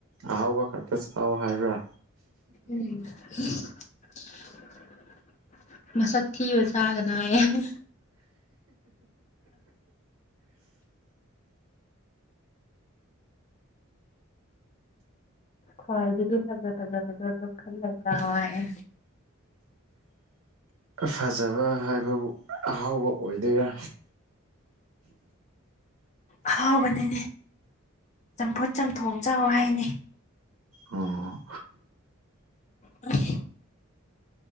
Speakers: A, on the right; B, on the left.
A: ꯑꯍꯥꯎꯕ ꯈꯛꯇ ꯆꯎ ꯍꯥꯏꯕ꯭ꯔꯥ
B: ꯎꯝ <unintelligible> ꯃꯁꯛ ꯊꯤꯕ ꯆꯥꯒꯅꯣ ꯍꯥꯏꯌꯦ ꯍꯣꯏ ꯑꯗꯨꯗꯤ ꯐꯖ ꯐꯖꯥ ꯐꯖꯕꯗꯣ ꯑꯗꯨ ꯈꯜꯂ ꯆꯥꯎ ꯍꯥꯏꯔꯛꯑꯦ
A: ꯐꯖꯕ ꯍꯥꯏꯕꯕꯨ ꯑꯍꯥꯎꯕ ꯑꯣꯏꯗꯣꯏꯔꯥ
B: ꯑꯍꯥꯎꯕꯅꯤꯅꯦ ꯆꯝꯐꯨꯠ ꯆꯝꯊꯣꯡ ꯆꯥꯎꯋ ꯍꯥꯏꯅꯤ
A: ꯑꯣ
B: ꯑ <unintelligible>